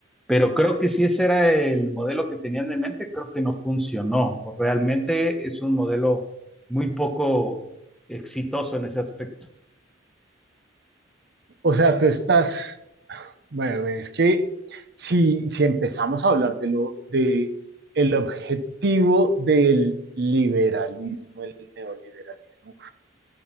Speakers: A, in the centre; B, on the right.
A: pero creo que si ese era el modelo que tenían en mente, creo que no funcionó. Realmente es un modelo muy poco exitoso en ese aspecto.
B: O sea, tú estás... Bueno, es que si, si empezamos a hablar de lo de el objetivo del liberalismo, el neoliberalismo,